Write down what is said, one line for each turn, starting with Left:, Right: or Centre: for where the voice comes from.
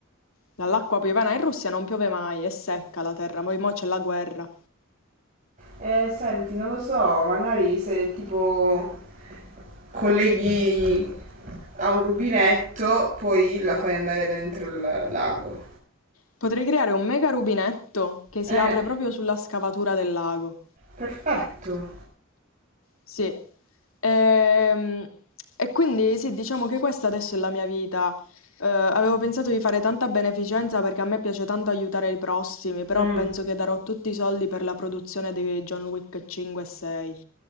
Left: Dall'acqua piovana in Russia non piove mai, è secca la terra, poi mo c'è la guerra.
Right: Eh, senti, non lo so, magari se tipo colleghi a un rubinetto, poi la fai andare dentro il lago.
Left: Potrei creare un mega rubinetto che si
Right: Eh,
Left: apre proprio sulla scavatura del lago.
Right: perfetto.
Left: Sì. Ehm, E, quindi sì, diciamo che questa adesso è la mia vita. Eh, avevo pensato di fare tanta beneficenza perché a me piace tanto aiutare i prossimi, però
Right: Mm,
Left: penso che darò tutti i soldi per la produzione di John Wick 5 e 6.